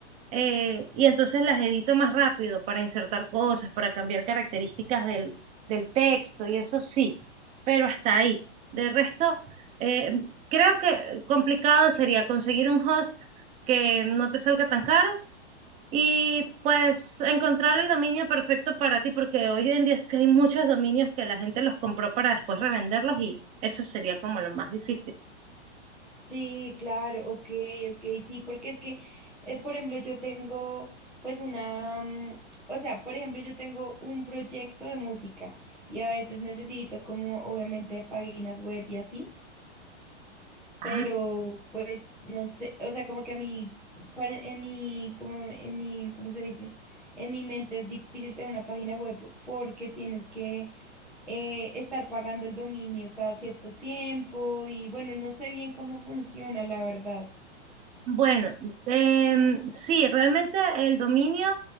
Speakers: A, on the right; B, in the centre.
A: eh, y entonces las edito más rápido para insertar cosas, para cambiar características del, del texto y eso sí, pero hasta ahí. De resto, eh, creo que complicado sería conseguir un host que no te salga tan caro y pues encontrar el dominio perfecto para ti, porque hoy en día sí hay muchos dominios que la gente los compró para después revenderlos y eso sería como lo más difícil.
B: Sí, claro, ok, ok, sí, porque es que, eh, por ejemplo, yo tengo pues una, mm, o sea, por ejemplo, yo tengo un proyecto de música y a veces necesito como obviamente páginas web y así.
A: Ah,
B: Pero pues no sé, o sea, como que a mí, para- en mi, como en mi, ¿cómo se dice? En mi mente es difícil tener una página web porque tienes que eh, estar pagando el dominio cada cierto tiempo y bueno, no sé bien cómo funciona, la verdad.
A: bueno, em, sí, realmente el dominio